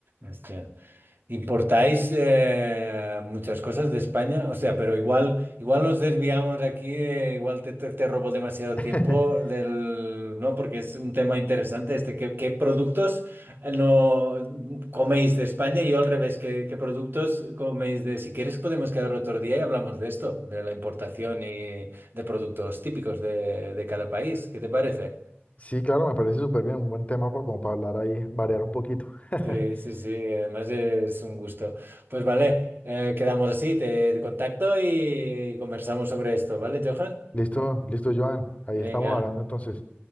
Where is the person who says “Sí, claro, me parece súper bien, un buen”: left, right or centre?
Left